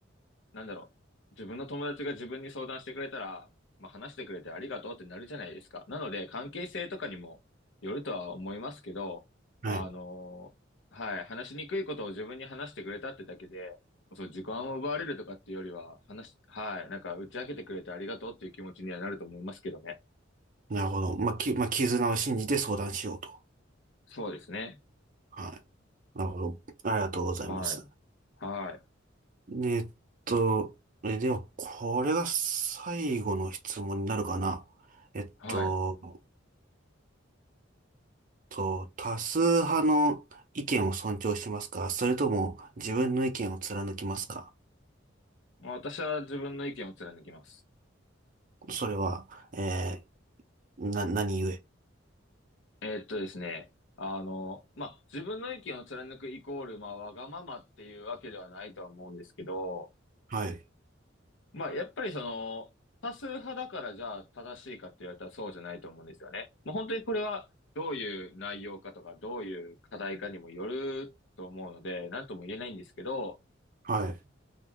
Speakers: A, on the left (about 65°); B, on the right (about 45°).
A: なんだろう、自分の友達が自分に相談してくれたら、まあ、話してくれてありがとうってなるじゃないですか。なので、関係性とかにもよるとは思いますけど、
B: はい。
A: あの、はい、話しにくいことを自分に話してくれたってだけで、そう、時間を奪われるとかっていうよりは、話し、はい、なんか打ち明けてくれてありがとうっていう気持ちにはなると思いますけどね。
B: なるほど。まあ、き、まあ、絆を信じて相談しようと。
A: そうですね。
B: はい。なるほど。ありがとうございます。
A: はい、はい、
B: えっと、え、では、これが最後の質問になるかな。えっと、
A: はい。
B: と、多数派の意見を尊重しますかそれとも自分の意見を貫きますか
A: 私は自分の意見を貫きます。
B: それは、えー、な、何故
A: えーっとですね。あの、まあ、自分の意見を貫くイコール、まあ、わがままっていうわけではないとは思うんですけど、
B: はい。
A: まあ、やっぱりその、多数派だからじゃあ正しいかって言われたらそうじゃないと思うんですよね。まあ、本当にこれはどういう内容かとか、どういう課題かにもよると思うので、なんとも言えないんですけど、
B: はい。